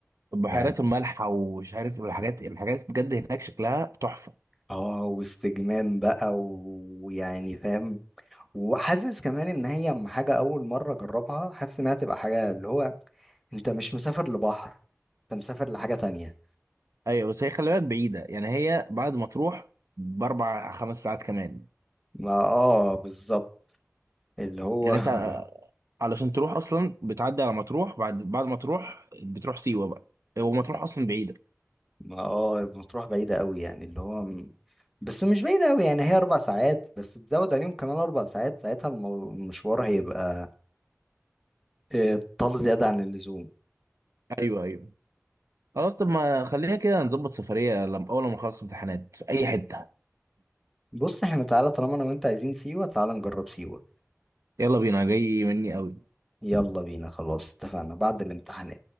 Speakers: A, on the right (about 75°); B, in the centre.
A: بحيرات
B: يعني
A: الملح ومش عارف الحاجات الحاجات بجد هناك شكلها تحفه
B: اه واستجمام بقى ويعني فاهم وحاسس كمان ان هي م- حاجه اول مره اجربها حاسس انها تبقى حاجه اللي هو انت مش مسافر لبحر انت مسافر لحاجه تانية
A: ايوه بس هي خلي بالك بعيده يعني هي بعد ما تروح باربع خمس ساعات كمان
B: ما اه بالظبط اللي هو
A: يعني
B: <laughs>
A: انت علشان تروح اصلا بتعدي على مطروح بعد بعد ما تروح بتروح سيوه بقى ومطروح اصلا بعيده
B: ما اه بتروح بعيده قوي يعني اللي هو م- بس مش بعيده قوي يعني هي اربع ساعات بس تزود عليهم كمان اربع ساعات ساعتها المو- المشوار هيبقى آه، طال زياده عن اللزوم
A: ايوه ايوه خلاص طب ما خلينا كده نظبط سفريه لما اول ما نخلص امتحانات في اي حته
B: بص احنا تعالى طالما انا وانت عايزين سيوه تعالى نجرب سيوه
A: يلا بينا جاي مني قوي
B: يلا بينا خلاص اتفقنا بعد الامتحان